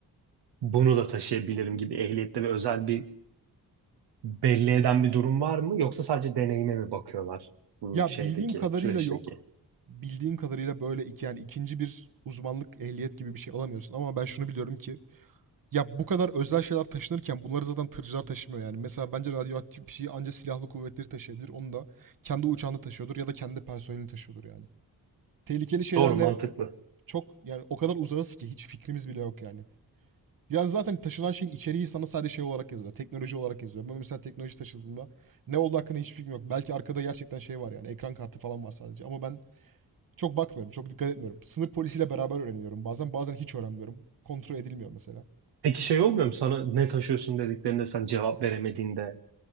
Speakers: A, on the right; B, on the right.
A: Bunu da taşıyabilirim gibi ehliyette bir özel bir belli eden bir durum var mı yoksa sadece deneyime mi bakıyorlar bu
B: Ya
A: şeydeki
B: bildiğim kadarıyla
A: süreçteki?
B: yok. Bildiğim kadarıyla böyle iki, yani ikinci bir uzmanlık ehliyet gibi bir şey alamıyorsun. Ama ben şunu biliyorum ki ya bu kadar özel şeyler taşınırken bunları zaten tırcılar taşımıyor yani. Mesela bence radyoaktif bir şeyi ancak silahlı kuvvetleri taşıyabilir. Onu da kendi uçağında taşıyordur ya da kendi personelini taşıyordur yani. Tehlikeli şeylerle
A: Doğru mantıklı.
B: çok yani o kadar uzağız ki hiç fikrimiz bile yok yani. Yani zaten taşınan şeyin içeriği sana sadece şey olarak yazıyor. Teknoloji olarak yazıyor. Ben mesela teknoloji taşıdığımda ne olduğu hakkında hiçbir fikrim yok. Belki arkada gerçekten şey var yani. Ekran kartı falan var sadece. Ama ben çok bakmıyorum. Çok dikkat etmiyorum. Sınır polisiyle beraber öğreniyorum. Bazen bazen hiç öğrenmiyorum. Kontrol edilmiyor mesela.
A: Peki şey olmuyor mu sana ne taşıyorsun dediklerinde sen cevap veremediğinde